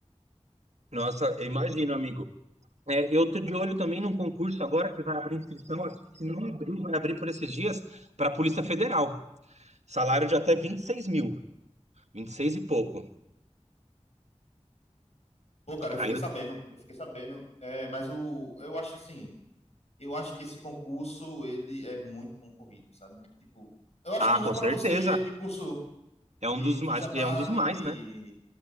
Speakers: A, on the right (about 70°); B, on the left (about 65°).
A: Nossa, eu imagino, amigo. É, eu tô de olho também num concurso agora que vai abrir inscrição, acho que se não abrir, vai abrir por esses dias, para a Polícia Federal. Salário de até 26 mil, vinte e seis e pouco.
B: Pô, cara, eu
A: Aí
B: fiquei
A: eu,
B: sabendo, eu fiquei sabendo, é, mas o, eu acho assim, eu acho que esse concurso ele é muito concorrido, sabe? Tipo, eu acho
A: ah,
B: que não
A: com
B: para
A: certeza.
B: você de curso
A: É
B: de
A: um dos
B: que
A: mais,
B: já
A: acho
B: tá
A: que é um dos
B: ali,
A: mais, né?